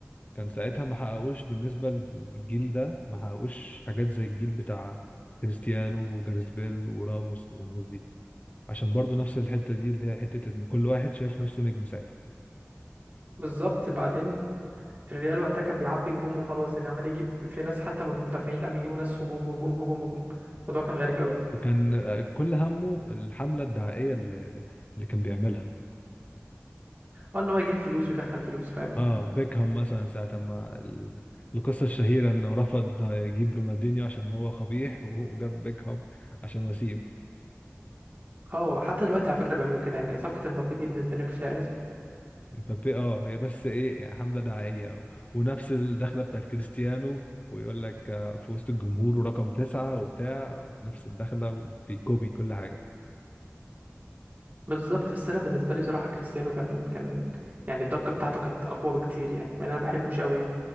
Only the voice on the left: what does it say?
كان ساعتها ما حققوش بالنسبة للجيل ده ما حققوش حاجات زي الجيل بتاع كريستيانو وجاريث بيل وراموس والناس دي عشان برضو نفس الحتة دي اللي هي حتة ان كل واحد شايف نفسه نجم ساعتها
وكان آه، كل همه الحملة الدعائية اللي, اللي كان بيعملها
اه بيكهام مثلا ساعة ما ال- القصة الشهيرة انه رفض يجيب رونالدينيو عشان هو قبيح وجاب بيكهام عشان وسيم
مبابي اه هي بس ايه حملة دعائية و- ونفس الدخلة بتاعت كريستيانو ويقول لك آه، في وسط الجمهور ورقم تسعة وبتاع نفس الدخلة بيكوبي كل حاجة